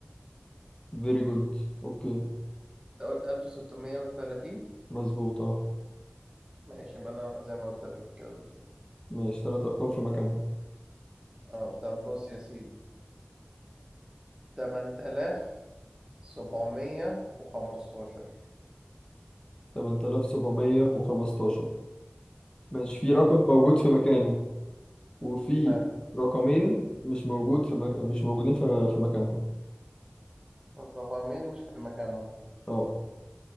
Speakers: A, on the left; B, on the right.
A: فيري جود أوكي
B: أنت قلت ألف ستمية وتلاتين
A: مظبوط اه
B: ماشي يبقى أنا زي ما قلت لك كده بالظبط
A: ماشي تلات أرقام في مكانهم
B: أه طب بص يا سيدي تمن آلاف سبعمية وخمستاشر
A: تمن تلاف سبعمية وخمستاشر ماشي في
B: أه
A: رقم موجود في مكانه وفي
B: حلو
A: رقمين مش موجود في مك... مش موجودين في, في مكانهم
B: الرقمين في مكانهم
A: اه